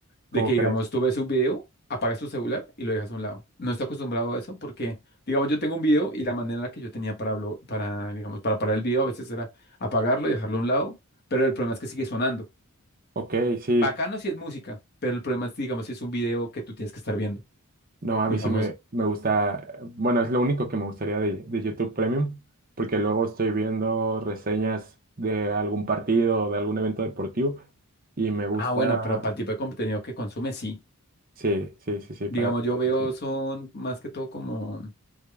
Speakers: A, on the right (about 40°); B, on the left (about 45°).
A: ¿Cómo
B: De que,
A: crees?
B: digamos, tú ves un video, apagas tu celular y lo dejas a un lado. No estoy acostumbrado a eso porque, digamos, yo tengo un video y la manera que yo tenía para, hablo- para, digamos, para parar el video a veces era apagarlo y dejarlo a un lado, pero el problema es que sigue sonando.
A: Ok, sí.
B: Bacano si es música, pero el problema es, digamos, si es un video que tú tienes que estar viendo.
A: No, a
B: Digamos,
A: mí sí me, me gusta, bueno, es lo único que me gustaría de, de YouTube Premium, porque luego estoy viendo reseñas de algún partido o de algún evento deportivo y me gusta,
B: ah, bueno, pero para el tipo de contenido que consumes, sí.
A: sí, sí, sí, sí,
B: digamos,
A: para esa parte
B: yo veo
A: sí.
B: son más que todo como